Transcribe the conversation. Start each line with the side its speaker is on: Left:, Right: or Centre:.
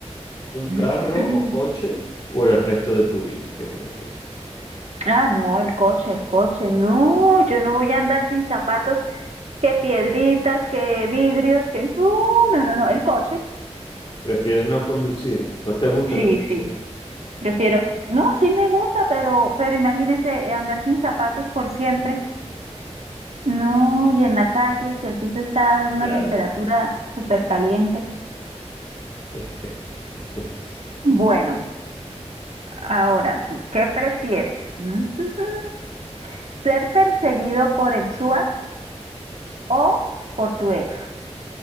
Left: un
Right: <clears throat>
Left: carro o coche por el resto de tu vida? ¿Qué prefieres?
Right: Ah, no, el coche, el coche. No, yo no voy a andar sin zapatos, que piedritas, que vidrios, que... No, no, no, no, el coche.
Left: ¿Prefieres no conducir? ¿No te gusta
Right: Sí,
Left: conducir?
Right: sí, prefiero. No, sí me gusta, pero, pero imagínense eh, andar sin zapatos por siempre. No, y en la calle, y si el piso está a una
Left: Ya,
Right: temperatura súper caliente.
Left: ya. <laughs>
Right: Bueno, ahora tú, ¿qué prefieres? Mm, <laughs> ¿Ser perseguido por el SWAT o por tu ex?